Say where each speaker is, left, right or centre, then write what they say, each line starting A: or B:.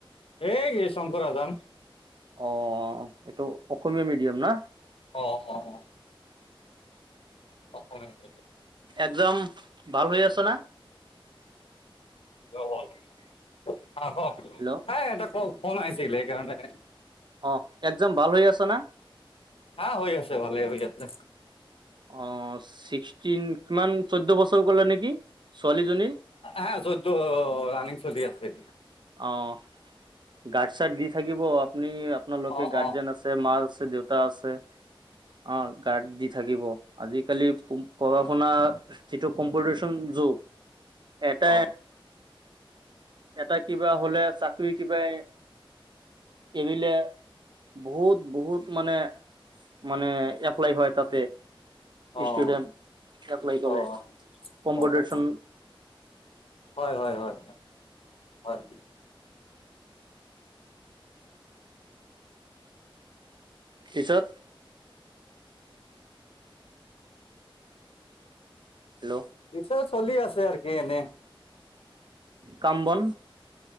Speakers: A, on the left; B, on the right.
A: এই <unintelligible>
B: অ', এইটো অসমীয়া মিডিয়াম না?
A: অ', অ', অ', অসমীয়া মিডিয়াম।
B: এক্সজাম ভাল হৈ আছে না?
A: <unintelligible> অ', কক?
B: হেল্ল'?
A: এ এটা কওক, ফোন আহিছিলে সেইকাৰণে।
B: অ', এক্সজাম ভাল হৈ আছে না?
A: হা হৈ আছে, ভালে হৈ আছে।
B: অ', ছিক্সটিন কিমান চৈধ্য বছৰ ক'লে নেকি, ছোৱালীজনীৰ।
A: হা, চৈধ্য ৰানিং চলি আছে এতিয়া।
B: অ', গাৰ্ড-চাৰ্ড দি থাকিব, আপুনি আপোনালোকে
A: অঁ
B: গাৰ্জেন
A: অঁ
B: আছে মা আছে দেউত। তা আছে, অ', গাৰ্ড দি থাকিব, আজি। কালি পঢ়া শুনা যিটো কম্পিটিচন যুগ, এটা।
A: অঁ
B: এটা কিবা হ'লে চাকৰি কিবাই এৰিলে। বহুত-বহুত, মানে, মানে এপ্লাই হয় তাতে।
A: অঁ
B: ষ্টুডেণ্ট এপ্লাই কৰে,
A: অঁ
B: কম্পিউটেচন।
A: অঁ অঁ হয়, হয়, হয়, হয়।
B: পিছত। হেল্লো'?
A: পিছত চলি আছে, আৰ কি এনে।
B: কাম বন।